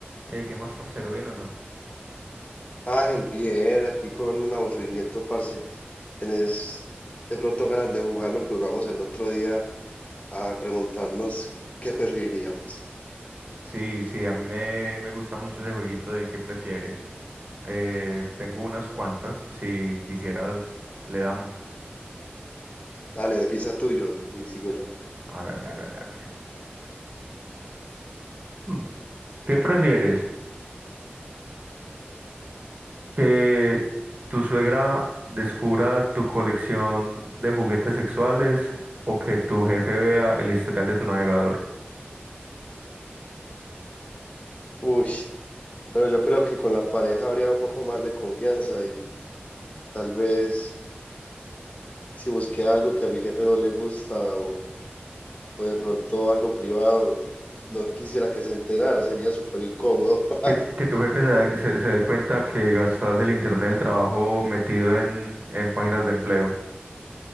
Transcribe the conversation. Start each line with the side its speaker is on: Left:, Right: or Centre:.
Right: Ey, ¿qué más, parcero? ¿Bien o no?
Left: Ángel, bien, aquí con un aburrimiento, parce. ¿Tenés de pronto ganas de jugar lo que jugamos el otro día a preguntarnos qué preferiríamos?
Right: Sí, sí, a mí me, me gusta mucho ese jueguito de qué prefieres. Eh, tengo unas cuantas, si quisieras, le damos.
Left: Dale, empieza tuyo y sigo yo.
Right: Hágale, hágale, hágale. Hmm. ¿Qué prefieres? ¿Que tu suegra descubra tu colección de juguetes sexuales o que tu jefe vea el historial de tu navegador?
Left: Uy, pero yo creo que con la pareja habría un poco más de confianza y tal vez si busqué algo que a mi jefe no le gusta o, o de pronto algo privado, no quisiera que se enterara, sería súper incómodo. <laughs>
Right: Que, que tu jefe se, da- se- se dé cuenta que gastas el internet del trabajo metido en, en páginas de empleo.